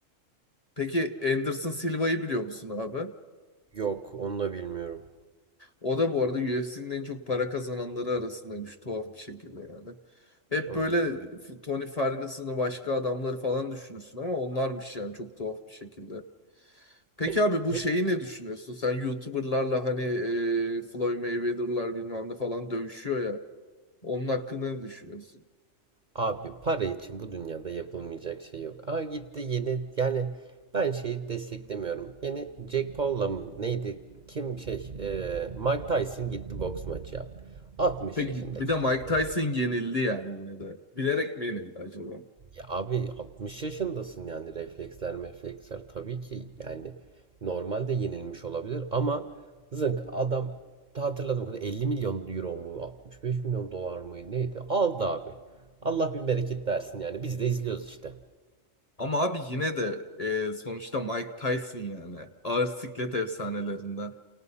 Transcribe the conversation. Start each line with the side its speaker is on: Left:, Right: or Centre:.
Left: Peki Anderson Silva'yı biliyor musun abi?
Right: Yok onu da bilmiyorum.
Left: O da bu arada UFC'nin en çok para kazananları arasındaymış tuhaf bir şekilde yani. Hep
Right: Allah
Left: böyle F- Tony Ferguson'ı başka adamları falan düşünürsün ama onlarmış yani çok tuhaf bir şekilde. Peki
Right: Pe-
Left: abi bu
Right: Peki
Left: şeyi ne düşünüyorsun? Sen YouTuber'larla hani e, Floyd Mayweather'lar bilmem ne falan dövüşüyor ya. Onun hakkında ne düşünüyorsun?
Right: abi para için bu dünyada yapılmayacak şey yok. Aa gitti yeni yani ben şeyi desteklemiyorum. Yeni Jack Paul'la mı neydi? Kim şey e, Mike Tyson gitti boks maçı yaptı. 60
Left: Peki
Right: yaşındaki
Left: bir de Mike
Right: adam.
Left: Tyson yenildi yani yine de. Bilerek mi yenildi acaba?
Right: Ya abi 60 yaşındasın yani refleksler refleksler tabii ki yani normalde yenilmiş olabilir ama zınk adam ta hatırladığım kadar 50 milyon euro mu 65 milyon dolar mı neydi aldı abi. Allah bin bereket versin yani biz de izliyoruz işte.
Left: Ama abi yine de e, sonuçta Mike Tyson yani. Ağır siklet efsanelerinden.